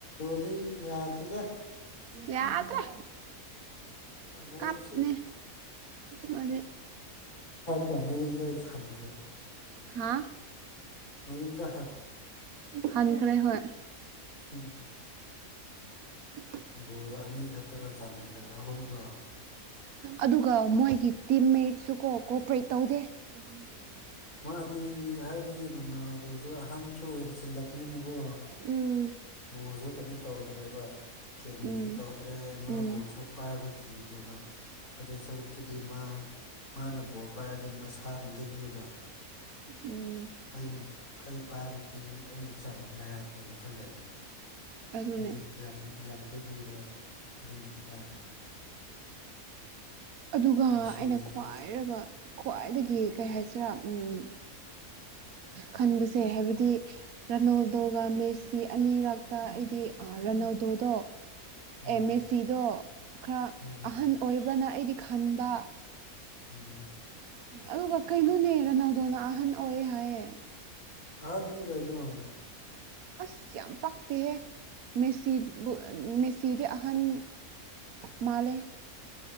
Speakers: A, on the left; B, on the right.
A: ꯑꯗꯩ ꯌꯥꯗꯗ
B: ꯌꯥꯗ꯭ꯔꯦ
A: ꯕꯣꯜꯁꯨ
B: ꯀꯄꯅꯦ ꯃ
A: ꯀ ꯃꯌꯨꯝꯗ ꯑꯩ ꯈꯟꯗ꯭ꯔꯦ
B: ꯍꯥ
A: ꯃꯌꯨꯝꯗ
B: ꯍꯟꯈ꯭ꯔꯦ ꯍꯣꯏ
A: ꯎꯝ
B: ꯑ
A: ꯒꯣ ꯑꯅꯤ ꯈꯛꯇꯔꯣ ꯆꯜꯂꯒ ꯑꯍꯨꯝꯔꯣ
B: ꯑꯗꯨꯒ ꯃꯣꯏꯒꯤ ꯇꯤꯝꯃꯦꯠꯁꯨ ꯀꯣ ꯀꯣꯑꯣꯄꯔꯦꯠ ꯇꯧꯗꯦ ꯦ
A: ꯃꯥꯗꯤ ꯍꯥꯏꯗꯤ ꯂꯨꯅꯥꯗꯨꯁꯨ ꯑꯍꯟꯁꯨ ꯑꯣꯏꯔꯁꯤꯜꯂꯄꯅꯤꯅꯀꯣ
B: ꯎꯝ
A: ꯕꯣꯁꯨ ꯀꯩꯅꯣ ꯇꯧꯗ꯭ꯔꯦꯕ ꯀꯦꯔꯤꯁꯨ
B: ꯎꯝ
A: ꯇꯧꯗ꯭ꯔꯦ ꯃꯥꯕꯨꯕꯁꯨ
B: ꯎꯝ
A: ꯄꯥꯏꯕ ꯀꯤꯔꯦꯕ ꯑꯗꯨ ꯁꯔꯨꯛꯇꯨꯗꯤ ꯃꯥ ꯃꯥꯅ ꯚꯣꯠ ꯄꯥꯏꯔꯗꯤ ꯃꯁꯥ ꯂꯤꯛꯏꯕ
B: ꯎꯝ
A: ꯑꯩꯅ ꯑꯩ ꯄꯥꯏꯔꯗꯤ ꯑꯩꯅ ꯆꯥꯎꯔꯦ ꯍꯥꯏꯕ ꯋꯥꯈꯜ ꯂꯩꯕ
B: ꯑꯗꯨꯅꯦ
A: ꯂꯤ ꯌꯥꯝ ꯌꯥꯝ ꯂꯤꯛꯏꯕ ꯑꯗꯨꯏꯒꯤꯅꯤꯗ
B: ꯑꯗꯨꯒ
A: ꯃꯦꯁꯤꯁꯤ
B: ꯑꯩꯅ ꯈ꯭ꯋꯥꯏꯔꯒ ꯈ꯭ꯋꯥꯏꯗꯒꯤ ꯀꯩ ꯍꯥꯏꯁꯤꯔꯥ ꯎꯝ ꯈꯟꯕꯁꯦ ꯍꯥꯏꯕꯗꯤ ꯔꯥꯅꯣꯜꯗꯣꯒ ꯃꯦꯁꯁꯤ ꯑꯅꯤꯔꯛꯇ ꯑꯩꯗꯤ ꯔꯥꯅꯥꯣꯜꯗꯣꯗꯣ
A: ꯎꯝ
B: ꯑꯦꯝ ꯑꯦꯁ ꯁꯤꯗꯣ ꯈꯔ
A: ꯎꯝ
B: ꯑꯍꯟ ꯑꯣꯏꯕ꯭ꯔꯅ ꯑꯩꯗꯤ ꯈꯟꯕ
A: ꯑꯥ
B: ꯑꯗꯨꯒ ꯀꯩꯅꯣꯅꯦ ꯔ ꯅꯪꯗꯣꯅ ꯑꯍꯟ ꯑꯣꯏ ꯍꯥꯏꯌꯦ
A: ꯑꯗꯅꯤ ꯀꯅꯣ
B: ꯑꯁ ꯌꯥꯝ ꯄꯛꯇꯦꯍꯦ ꯃꯦꯁꯤ ꯃꯦꯁꯤꯗꯤ ꯑꯍꯟ ꯃꯥꯂꯦ